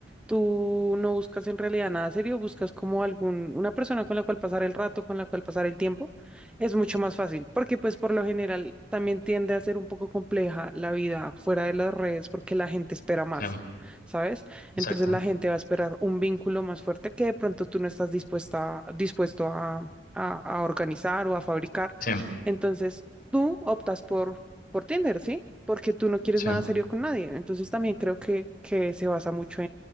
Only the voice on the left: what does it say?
sí,
exacto.
Sí,
sí,